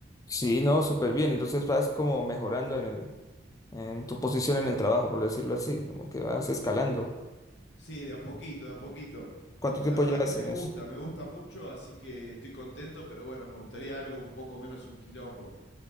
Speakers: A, on the left; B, on the left.
A: Sí, no, súper bien. Entonces vas como mejorando en el, en tu posición en el trabajo, por decirlo así, como que vas escalando.
B: Sí, de a poquito, de a poquito.
A: ¿Cuánto tiempo
B: La verdad
A: llevas
B: que me
A: en
B: gusta,
A: eso?
B: me gusta mucho, así que estoy contento, pero bueno, me gustaría algo un poco menos un quilombo.